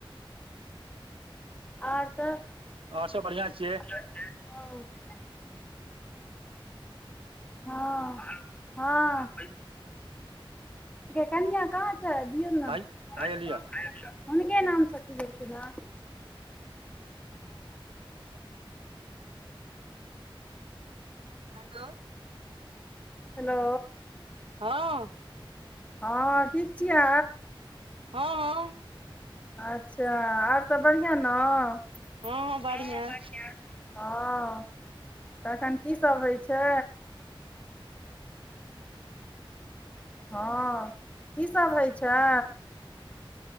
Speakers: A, on the left; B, on the right.
A: आर सब <unintelligible>
B: आओर सब बढ़िआं छियै।
A: हँ। <unintelligible> हँ, हँ कनिआ कहाँ कत छैथ दियै ना
B: हाय हाय
A: हुनके
B: एलिया
A: नाम से खुलल छै ना
B: बस <unintelligible> हेलो।
A: हेलो।
B: हँ
A: हँ ठीक छियै।
B: हँ, हँ
A: अच्छा आर सब बढ़िआँ न हं,
B: हँ हँ बढ़िआँ
A: हं बढ़िया। हँ तखन की सब होइ छै।
B: ह <unintelligible>
A: हँ कीसभ होइ छै।